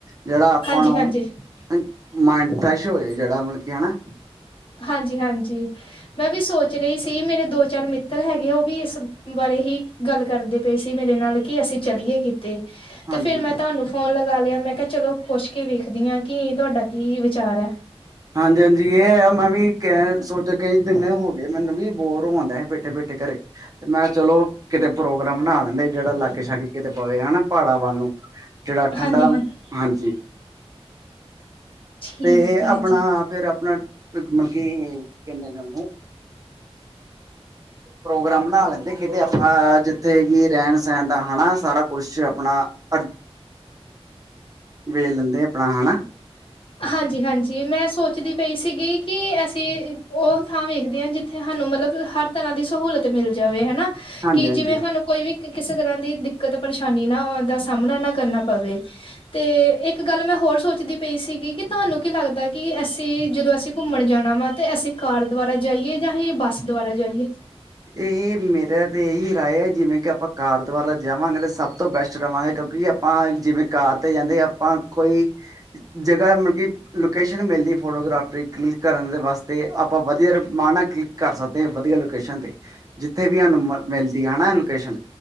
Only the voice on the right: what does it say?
ਜਿਹੜਾ ਆਪਾਂ
ਨੂੰ
ਨ ਮਾਇੰਡ ਫਰੈਸ਼ ਹੋਜੇ। ਜਿਹੜਾ ਮਤਲਬ ਕਿ ਹਨਾ।
ਹਾਂਜੀ
ਹਾਂਜੀ, ਹਾਂਜੀ ਇਹ ਹੈ। ਮੈਂ ਵੀ ਕਹਿੰ ਸੋਚ ਕੇ। ਕਿੰਨੇ ਹੋ ਗਏ, ਮੈਨੂੰ ਵੀ ਬੋਰ ਹੋ ਡਏ ਹਾਂ, ਬੈਠੇ- ਬੈਠੇ ਘਰੇ। ਤੇ ਮੈਂ ਚਲੋ ਕਿਤੇ ਪ੍ਰੋਗਰਾਮ ਬਣਾ ਲੈਂਣੇ, ਜੇੜਾ ਲਾਗੇ-ਸ਼ਾਗੇ ਕਿਤੇ ਪਵੇ ਹਨਾ, ਪਹਾੜਾਂ ਵੱਲ ਨੂੰ। ਜੇੜਾ ਠੰਡਾ,
ਹਾਂਜੀ।
ਤੇ
ਅਪਣਾ
ਫਿਰ ਅਪਣਾ ਮਲ ਕਈ, ਕੀ ਕੇਂਦੇ ਨੇ ਉਹਨੂੰ? ਪ੍ਰੋਗਰਾਮ ਬਣਾ ਲੈਂਦੇ ਕਿਤੇ ਆਪਾਂ, ਜਿੱਥੇ ਕਿ ਰਹਿਣ-ਸਹਿਣ ਦਾ ਹਨਾ, ਸਾਰਾ ਕੁਛ ਅਪਣਾ ਅ ਵੇ ਲੈਂਦੇ ਆਪਣਾ ਹਨਾ।
ਹਾਂਜੀ
ਹਾਂਜੀ
ਏ ਮੇਰਾ ਤੇ ਇਹੀ ਰਾਏ ਏ ਜਿਵੇਂ ਕਿ ਆਪਾਂ ਕਾਰ ਦੁਆਰਾ ਜਾਵਾਂਗੇ ਤੇ ਸਭ ਤੋਂ ਬੈਸਟ ਰਵਾਂਗੇ, ਕਿਉਂਕਿ ਅਪ ਪਾਂ ਜਿਵੇਂ ਕਾਰ ਤੇ ਜਾਂਦੇ, ਆਪਾਂ ਕੋਈ ਜਗਾ ਮਲ ਕਿ ਲੋਕੇਸ਼ਨ ਮਿਲਦੀ ਫੋਟੋਗ੍ਰਾਫਰੀ ਕਲਿੱਕ ਕਰਨ ਦੇ ਵਾਸਤੇ, ਆਪਾਂ ਵਧੀਆ ਰਮਾ ਨਾ ਕਿ ਕਰ ਸਕਦੇ ਵਧੀਆ ਲੋਕੇਸ਼ਨ ਤੇ, ਜਿੱਥੇ ਵੀ ਹਾਨੂੰ ਮਿਲਦੀ ਹੈਨਾ ਲੋਕੇਸ਼ਨ।